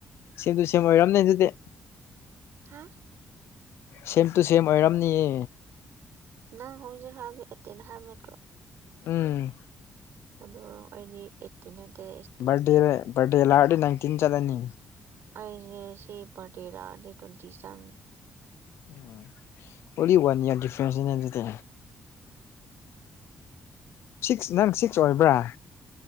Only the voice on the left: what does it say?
ꯁꯦꯝꯗꯨ ꯁꯦꯝ ꯑꯣꯏꯔꯝꯅꯦ ꯑꯗꯨꯗꯤ
ꯁꯦꯝ ꯇꯨ ꯁꯦꯝ ꯑꯣꯏꯔꯝꯅꯤꯌꯦ
ꯎꯝ
ꯕꯗꯤꯦꯔ ꯔꯦ ꯂ ꯍꯥꯗꯤ ꯅꯪ ꯇꯤꯟ ꯆꯗꯅꯤ
ꯎꯝ ꯑꯣꯂꯤ ꯋꯥꯟ ꯏꯌꯥꯔ ꯗꯤꯐ꯭ꯔꯦꯟꯁꯗꯤ ꯁꯤꯛꯁ ꯅꯪ ꯁꯤꯛꯁ ꯑꯣꯏꯕ꯭ꯔꯥ